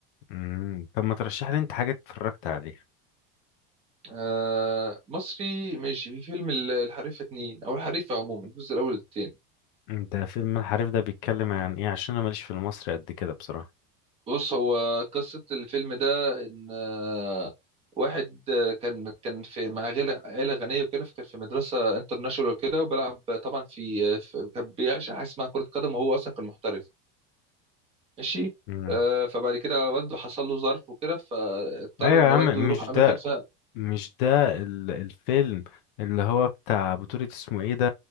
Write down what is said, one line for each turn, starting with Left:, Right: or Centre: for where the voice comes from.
Left: مم. طب ما ترشح لي انت حاجة اتفرجت عليها
Right: آه مصري ماشي في فيلم ال- الحريفه اتنين او الحريفه عموما الجزء الاول والتاني
Left: انت فيلم الحريف ده بيتكلم عن ايه عشان انا ماليش في المصري قد كده بصراحة
Right: بص هو قصه الفيلم ده ان آه، واحد آه، كان كان في مع عيله عيله غنيه وكده كان في مدرسه انترناشونال وكده وبيلعب طبعا في, آه، في كان بيعشق حاجه اسمها كره قدم وهو اصلا كان محترف ماشي
Left: مم.
Right: آه، فبعد كده والده حصل له ظرف وكده فاضطر
Left: ايوه
Right: ان
Left: يا عم
Right: والده يروح
Left: مش
Right: اماكن
Left: ده
Right: فيها
Left: مش ده ال- الفيلم اللي هو بتاع بطولة اسمه ايه ده